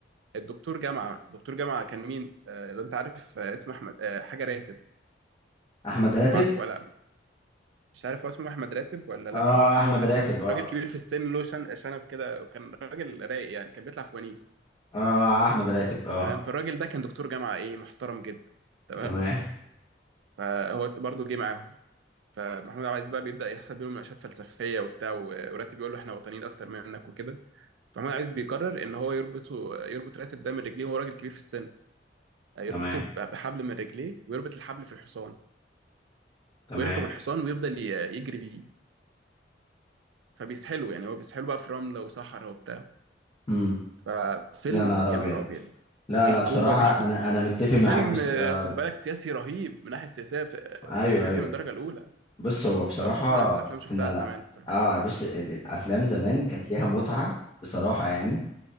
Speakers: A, on the right (about 80°); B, on the left (about 25°).
A: الدكتور جامعه الدكتور جامعه كان مين آه لو انت عارف آه اسمه احمد آه حاجه راتب
B: احمد
A: مش عارف
B: راتب
A: هتبقى عارفه ولا لأ. مش عارف هو اسمه احمد راتب ولا لا
B: اه
A: بس
B: احمد
A: هو حد
B: راتب اه
A: راجل كبير في السن له شن... شنب كده وكان راجل رايق يعني كان بيطلع في ونيس
B: اه احمد راتب اه
A: تمام فالراجل ده كان دكتور جامعه ايه محترم جدا تمام
B: تمام
A: فهو برضو جه معاهم فمحمود عبد العزيز بقى بيبدا يحصل بينهم مناقشات فلسفيه وبتاع و- وراتب بيقول له احنا وطنيين اكتر منك وكده فمحمود عبد العزيز بيقرر ان هو يربطه يربط راتب ده من رجليه وهو راجل كبير في السن يربطه
B: تمام
A: ب- بحبل من رجليه ويربط الحبل في الحصان
B: تمام
A: ويركب الحصان ويفضل ي- يجري بيه فبيسحله يعني هو بيسحله بقى في رمله وصحراء وبتاع
B: امم
A: ففيلم
B: يا نهار
A: يا
B: ابيض
A: نهار ابيض
B: لا
A: ايه
B: لا
A: القوه
B: بصراحه
A: دي <laughs>
B: انا انا متفق
A: وفيلم
B: معاك بس
A: آه،
B: آه
A: خد بالك سياسي رهيب من الناحيه السياسيه ف- آه،
B: ايوه
A: سياسي
B: ايوه
A: من الدرجه الاولى
B: بص هو بصراحه
A: انا بشوفه من احلى الافلام اللي
B: احنا
A: شفتها
B: لا
A: زمان الصراحه
B: اه بص ال- الافلام زمان كانت ليها متعه بصراحه يعني